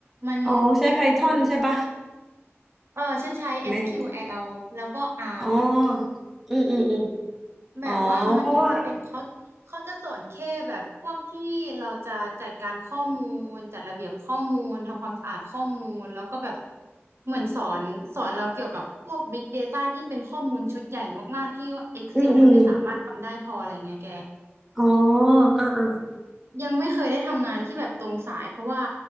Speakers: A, on the right (about 60°); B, in the centre.
A: มัน
B: อ๋อใช้ Python ใช่ปะ
A: เออฉันใช้ SQL
B: ไหม
A: แอลแล้วก็ R
B: อ๋ออืมอืมอืม
A: แบบว่ามันเหมือนจะเป็นเขาเขาจะสอนแค่แบบพวกที่เราจะจัดการข้อมูลจัดระเบียบข้อมูลทำความสะอาดข้อมูลแล้วก็แบบ
B: อ๋อเพราะว่า
A: เหมือนสอนสอนเราเกี่ยวกับพวก Big Data ที่เป็นข้อมูลชุดใหญ่มากๆที่ว่า Excel
B: อืมอืม
A: มันไม่สามารถทำได้พออะไรเงี้ยแก
B: อ๋ออ่าอ่า
A: ยังไม่เคยได้ทำงานที่แบบตรงสายเพราะว่า